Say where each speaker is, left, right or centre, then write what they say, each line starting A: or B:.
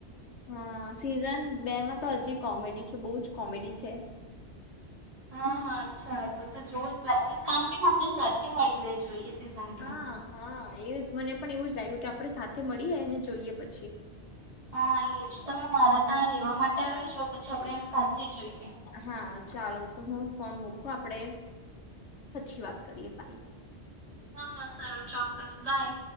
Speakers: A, on the left (about 80°); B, on the right (about 30°).
A: હા સીઝન બે માં તો હજી કોમેડી છે બહુ જ કોમેડી છે
B: હા હા અચ્છા તો તો જોવુ જ એક કામ કરીને આપણે સાથે મળીને જોઈએ સીઝન ટુ.
A: હા હા એજ મને પણ એવું જ લાગ્યું કે આપણે સાથે મળીએ અને જોઈએ પછી
B: હા એજ તમે મારા ત્યાં રેવા માટે આવી જાઓ પછી આપણેે એમ સાથે જોઈએ
A: હા ચાલો તો હું ફોન મુકું આપડે પછી વાત કરીએ બાઈ
B: હા હા સારું ચોક્કસ બાય